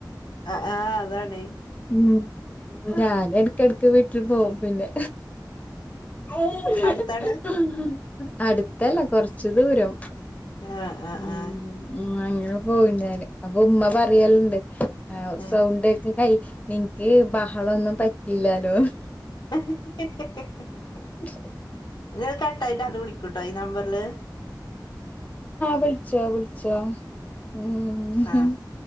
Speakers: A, on the left; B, on the left.
A: ആഹ് ആഹ് അതാണ്
B: ഉം ഞാനെ കെടക്ക വീട്ടിൽ പോവും പിന്നെ, ഹ
A: അടുത്താണ്
B: ഹ അടുത്തല്ല കൊറച്ച് ദൂരം
A: ആഹ് ആഹ്
B: ഉം
A: ആഹ്
B: ആയിങ്ങനെ പോയിണ്ടായ്നി അപ്പൊ ഉമ്മ പറയലുണ്ട് ആ
A: ഏഹ്
B: സൗണ്ടക്കെ യ് നിൻക്ക് ബഹളൊന്നും പറ്റില്ലാലോന്ന്.
A: ഹ ഹ ഹ ഹ ഹ
B: <inaudible>
A: നിയത് കട്ടായിട്ടത് വിളിക്കൂട്ടോ ഈ നമ്പർല്.
B: വിൾച്ചോ വിൾച്ചോ. ഉം ഹും
A: ആഹ്